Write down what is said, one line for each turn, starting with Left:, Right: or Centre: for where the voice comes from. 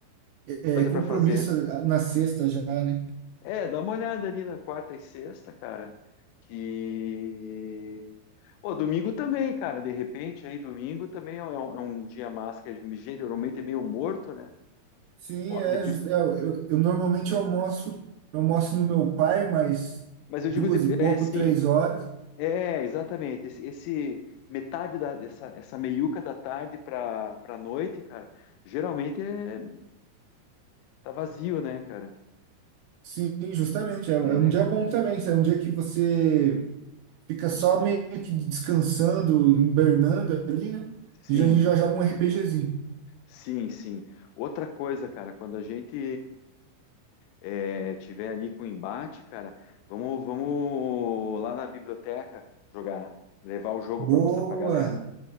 Right: é,
Left: coisa
Right: compromisso
Left: pra fazer.
Right: na sexta já, né?
Left: É, dá uma olhada ali na quarta e sexta, cara. Que Pô, domingo também, cara. De repente, aí domingo também é um, é um é um dia massa que é- geralmente é meio morto, né?
Right: Sim,
Left: Ó,
Right: é,
Left: Depois,
Right: justo. é, eu, eu normalmente almoço, eu almoço no meu pai, mas
Left: mas eu
Right: duas
Left: digo, de-
Right: e pouco,
Left: é sim,
Right: três horas.
Left: é exatamente. Esse, esse- metade da, dessa essa meiuca da tarde pra, pra noite, cara, geralmente é, tá vazio, né, cara?
Right: Sim, justamente. É, é
Left: É,
Right: um
Left: né?
Right: dia bom também. isso É um dia que você fica só meio que descansando, hibernando ali, né?
Left: Sim,
Right: Já- A gente já joga um RPGzinho.
Left: sim, sim. Outra coisa, cara, quando a gente é, tiver ali com embate, cara, vamos, vamos lá na biblioteca jogar, levar o jogo
Right: Boa,
Left: para mostrar para galera,